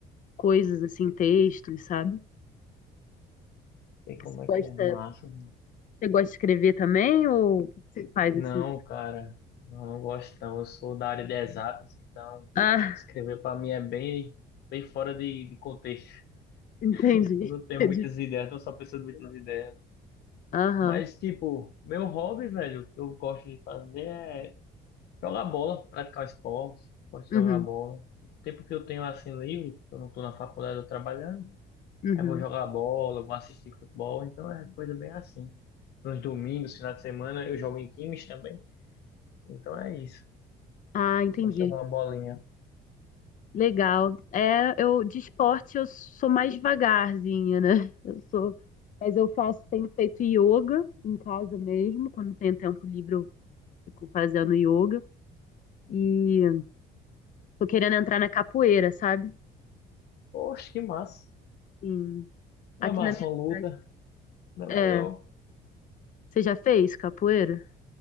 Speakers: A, on the left; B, on the left.
A: coisas assim, textos, sabe?
B: Sei
A: Você
B: como é
A: gosta,
B: que é. Massa, mano.
A: você gosta de escrever também ou o que você faz
B: Não,
A: assim?
B: cara. Não, não gosto não. Eu sou da área de exatas, então
A: Ah,
B: escrever pra mim é bem, bem fora de, de contexto.
A: entendi.
B: Eu Não tenho
A: <laughs>
B: muitas ideias, tô só pensando muitas ideias.
A: Aham.
B: Mas, tipo, meu hobby, velho, o que eu gosto de fazer é jogar bola, praticar esporte. Gosto de
A: Uhum.
B: jogar bola. O tempo que eu tenho assim livre, eu não tô na faculdade, eu tô trabalhando.
A: Uhum.
B: Aí vou jogar bola, vou assistir futebol, então é coisa bem assim. Nos domingos, final de semana, eu jogo em times também, então é isso.
A: Ah, entendi.
B: Só jogar uma bolinha.
A: Legal. É, eu de esporte eu sou mais devagarzinha, né? <laughs> Eu sou, mas eu faço, tenho feito yoga em casa mesmo, quando tenho tempo livre eu fico fazendo yoga e tô querendo entrar na capoeira, sabe?
B: Poxa, que massa.
A: Sim.
B: É
A: Aqui
B: massa
A: na minha
B: uma luta,
A: cidade.
B: é legal.
A: É, você já fez capoeira?